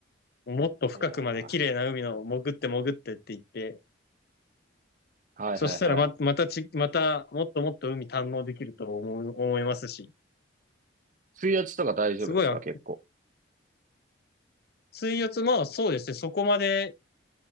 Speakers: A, on the left (about 50°); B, on the right (about 40°).
A: もっと深くまで綺麗な海の潜って潜ってって言って、
B: いやーはいはいはい。
A: そしたらま、またち、またもっともっと海堪能できると思う、思いますし。
B: 水圧とか大丈夫ですか結構。
A: すごい、あ水圧、まあそうですね、そこまで、